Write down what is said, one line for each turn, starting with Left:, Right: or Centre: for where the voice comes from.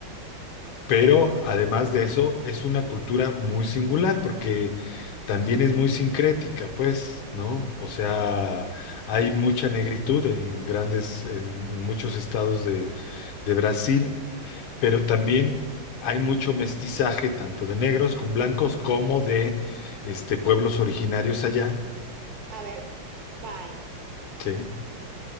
Left: Pero además de eso, es una cultura muy singular porque también es muy sincrética, pues, ¿no? O sea, hay mucha negritud en grandes, en, en muchos estados de, de Brasil, pero también hay mucho mestizaje, tanto de negros con blancos como de este, pueblos originarios allá,
Right: a ver, time.
Left: ¿sí?